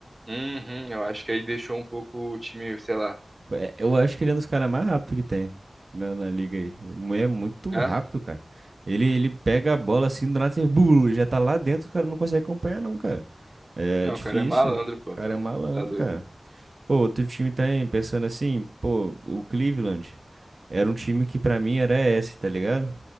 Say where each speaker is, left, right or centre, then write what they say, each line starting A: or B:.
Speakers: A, on the right; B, on the right.
A: Uhum, eu acho que aí deixou um pouco o time, sei lá.
B: É, Eu acho que ele é um dos caras mais rápidos que tem na, na liga aí. Ele É muito
A: Hã?
B: rápido, cara. Ele, ele pega a bola assim, do nada, você, blu, já tá lá dentro, o cara não consegue acompanhar, não, cara. É
A: Não,
B: difícil.
A: o cara é malandro, pô.
B: O
A: Então,
B: cara é malandro,
A: tá doido.
B: cara. Pô, outro time também, pensando assim, pô, o Cleveland era um time que pra mim era esse, tá ligado?